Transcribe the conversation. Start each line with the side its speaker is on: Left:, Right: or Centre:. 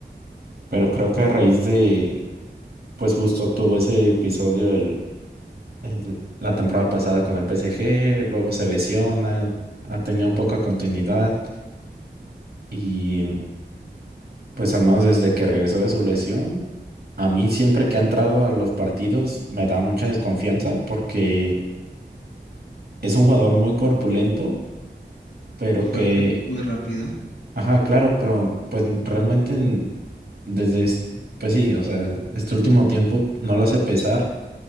Right: pero creo que a raíz de, pues justo tuvo ese episodio el- el- la temporada pasada con el PSG, luego se lesiona, ha tenido poca continuidad y em, pues al menos desde que regresó de su lesión, a mí siempre que ha entrado a los partidos me da mucha desconfianza porque es un jugador muy corpulento, pero
Left: muy fuerte,
Right: que
Left: muy rápido,
Right: Ajá, claro, pero pues realmente en- desde, es- pues sí, o sea, este último tiempo no lo hace pesar.